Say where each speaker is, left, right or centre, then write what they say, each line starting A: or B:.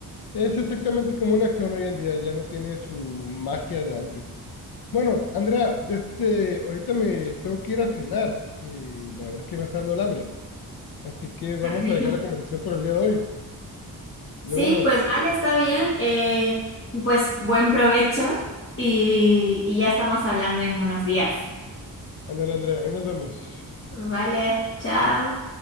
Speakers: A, on the left (about 90°); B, on the left (about 35°).
A: es exactamente como una acción hoy en día, ya no tiene su magia de antes. Bueno, Andrea, este, ahorita me tengo que ir a cenar y la verdad es que me está dando el hambre, así que
B: <laughs>
A: vamos a dejar la conversación por el día de hoy. Luego
B: Sí,
A: nos
B: pues vale, está bien. Eh, pues buen provecho y, y ya estamos hablando en unos días.
A: Ándale, Andrea, ahí nos vemos.
B: Vale, chao.